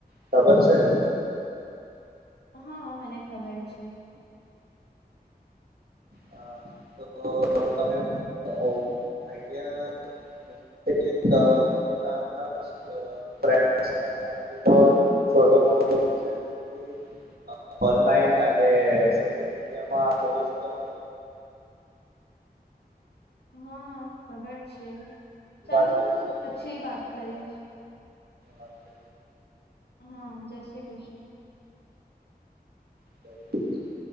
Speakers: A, on the right; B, on the left.
A: ખબર છે.
B: હા મને ખબર છે.
A: હા તો તમે આઈડિયા- - <inaudible> <unintelligible> છોટ મોટો બિઝનેસથી ઓનલાઈન અને- - સોશિયલ મીડિયા માં પોસ્ટ કરવાનું
B: હા ખબર છે ચાલો
A: વાત કરીશ
B: હું પછી
A: તમારી
B: વાત
A: સાથે
B: કરીશ.
A: વાત છે.
B: હા જય શ્રી કૃષ્ણ.
A: જય શ્રી કૃષ્ણ.